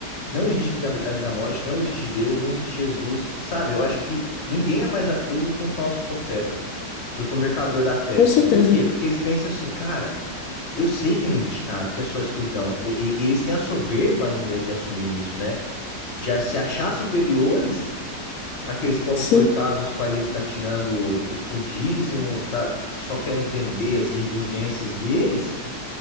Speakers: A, on the left; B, on the left.
A: não existe vida, a vida à morte, não existe Deus, não existe Jesus, sabe? Eu acho que ninguém é mais ateu do que um falso profeta, do que um mercador da fé,
B: com
A: assim.
B: certeza.
A: Por quê? Porque eles pensam assim, cara, eu sei que não existe nada, que é só escuridão. E, e- e eles têm a soberba ainda de assumir isso, né? De a- se achar superiores àqueles pobres
B: Sim.
A: coitados, os quais ele está tirando o, o dízimo, tá só querendo vender as indulgências deles.